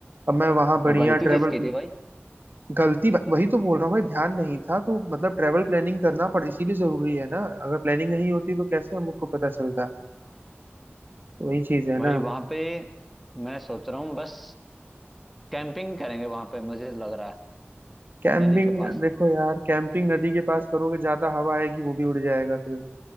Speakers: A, on the right; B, in the centre.
A: अब मैं वहां बढ़िया
B: तो गलती
A: ट्रेवल
B: किसकी
A: प्लान
B: थी भाई
A: गलती वही तो बोल रहा हूँ भाई ध्यान नहीं था तो मतलब ट्रेवल प्लानिंग करना पड़ इसीलिए जरूरी है ना अगर प्लानिंग नहीं होती तो कैसे हम लोग को पता चलता तो वही चीज है
B: भाई
A: ना
B: वहां पे मैं सोच रहा हूँ बस कैंपिंग करेंगे वहां पे मुझे लग रहा है
A: कैंपिंग
B: नदी के पास
A: देखो यार कैंपिंग नदी के पास करोगे ज्यादा हवा आएगी वो भी उड़ जाएगा फिर